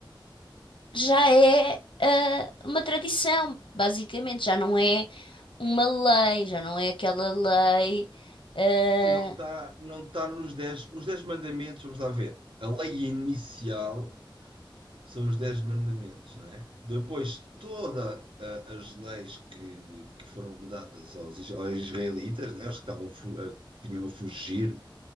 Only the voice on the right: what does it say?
E não está não está nos dez, os dez mandamentos, vamos lá ver. A lei inicial são os dez mandamentos, não é? Depois, todas as leis que, que foram dadas aos, aos israelitas, não é? Os que estavam, eh, que vinham a fugir